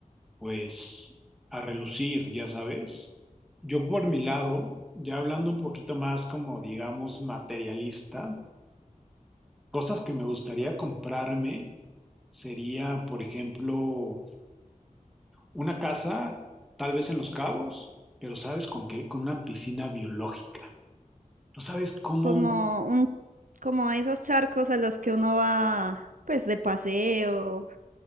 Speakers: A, in the centre; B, on the right.
A: pues a relucir, ya sabes. Yo por mi lado, ya hablando un poquito más como digamos materialista, cosas que me gustaría comprarme sería, por ejemplo, Una casa, tal vez en Los Cabos, pero ¿sabes con qué? Con una piscina biológica. No sabes cómo...
B: como un, como esos charcos a los que uno va, pues de paseo,